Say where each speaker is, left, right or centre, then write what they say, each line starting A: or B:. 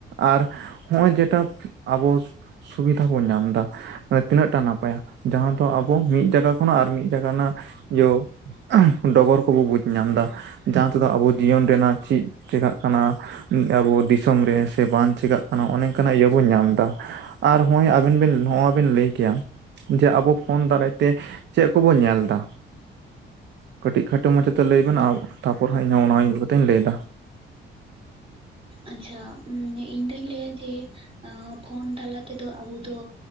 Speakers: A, on the right; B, on the right.
A: ᱟᱨ ᱦᱚᱜ-ᱚᱭ ᱡᱮᱴᱟ ᱟᱵᱚ ᱥᱩᱵᱤᱫᱷᱟ ᱵᱚᱱ ᱧᱟᱢ ᱮᱫᱟ ᱛᱤᱱᱟᱹᱜ ᱴᱟ ᱱᱟᱯᱟᱭᱟ ᱡᱟᱦᱟᱸ ᱫᱚ ᱟᱵᱚ ᱢᱤᱫ ᱡᱟᱭᱜᱟ ᱠᱷᱚᱱᱟᱜ ᱟᱨ ᱢᱤᱫ ᱡᱟᱭᱜᱟ ᱨᱮᱱᱟᱜ ᱤᱭᱟᱹ ᱰᱚᱜᱚᱨ ᱠᱚᱵᱚ ᱵᱩᱡᱽ ᱧᱟᱢᱫᱟ ᱡᱟᱦᱟᱸ ᱛᱮᱫᱚ ᱟᱵᱚ ᱡᱤᱭᱚᱱ ᱨᱮᱱᱟᱜ ᱪᱮᱫ ᱪᱤᱠᱟᱜ ᱠᱟᱱᱟ ᱟᱵᱚ ᱫᱤᱥᱚᱢ ᱨᱮ ᱥᱮ ᱵᱟᱝ ᱪᱤᱠᱟᱜ ᱚᱱᱮ ᱱᱚᱝᱠᱟᱱᱟᱜ ᱤᱭᱟᱹ ᱵᱚᱱ ᱧᱟᱢ ᱮᱫᱟ ᱟᱨ ᱦᱚᱜᱚᱭ ᱟᱵᱤᱱ ᱵᱤᱱ ᱦᱚᱜᱚᱭ ᱵᱤᱱ ᱞᱟᱹᱭ ᱠᱮᱭᱟ ᱡᱮ ᱟᱵᱚ ᱯᱷᱳᱱ ᱫᱟᱨᱟᱭᱛᱮ ᱪᱮᱫ ᱠᱚᱵᱚᱱ ᱧᱮᱞ ᱮᱫᱟ ᱠᱟᱹᱴᱤᱡ ᱠᱷᱟᱴᱚ ᱢᱟᱪᱷᱟ ᱛᱮ ᱞᱟᱹᱭ ᱵᱮᱱ ᱟᱨ ᱛᱟᱯᱚᱨ ᱦᱟᱸᱜ ᱤᱧ ᱚᱱᱟ ᱤᱭᱟ ᱛᱮᱧ ᱞᱟᱹᱭ ᱮᱫᱟ
B: ᱟᱪᱪᱷᱟ ᱤᱧᱫᱩᱧ ᱞᱟᱹᱭᱟ ᱡᱮ ᱯᱷᱳᱱ ᱛᱟᱞᱟ ᱛᱮᱫᱚ ᱟᱵᱚ ᱫᱚ